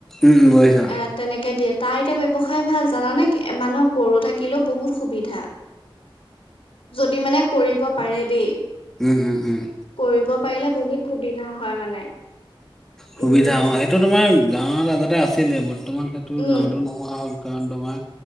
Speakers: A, in the centre; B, on the left.
A: উম বৈছা।
B: এ তেনেকে দিয়ে তাৰ এতিয়া ব্যৱসায় ভাল জানানে মানুহক গৰু থাকিলেও বহুত সুবিধা। যদি মানে কৰিব পাৰে দেই
A: উম, উম, উম।
B: কৰিব পাৰিলে বহুত সুবিধা হয় মানে।
A: সুবিধা
B: উম
A: অ সেইটো তোমাৰ গাঁৱত আগতে আছিলে। বৰ্তমান সেইটো
B: উম
A: গাঁৱতো নোহোৱা হল। কাৰণ তোমাৰ